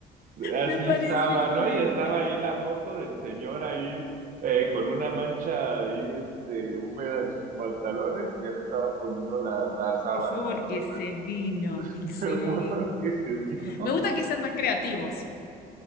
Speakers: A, on the right (about 50°); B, on the left (about 65°).
A: Así
B: Me parece
A: estaba,
B: excelente.
A: ¿no? Y estaba ahí la foto del señor ahí eh, con una mancha ahí este, húmeda en sus pantalones y ya le estaba poniendo la, la sábana,
B: Se fue porque
A: ¿no?
B: se vino.
A: <laughs>
B: Excelente.
A: Se fue que se vino.
B: Me gusta que sean tan creativos.